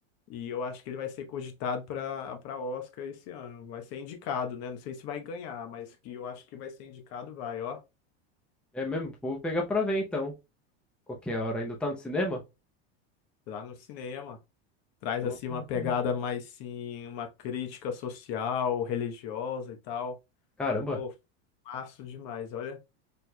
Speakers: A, on the left; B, in the centre.
A: E eu acho que ele vai ser cogitado para para Oscar esse ano. Vai ser indicado, né? Não sei se vai ganhar, mas que eu acho que vai ser indicado, vai, ó.
B: é mesmo. Vou pegar pra ver então. Qualquer hora. Ainda tá no cinema?
A: Lá no cinema. Traz
B: Eu
A: assim
B: vou pegar
A: uma pegada
B: pra ver.
A: mais sim, uma crítica social, religiosa e tal.
B: Caramba,
A: Pô, massa demais, olha.